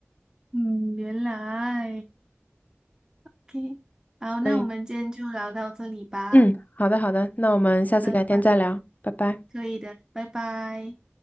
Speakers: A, on the right; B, on the left.
A: 嗯，原来，OK，好，那我们今天就聊到这里吧。
B: 所以，嗯，好的好的，那我们下次改天再聊，
A: 好的，吧
B: 拜拜。
A: 可以的，拜拜。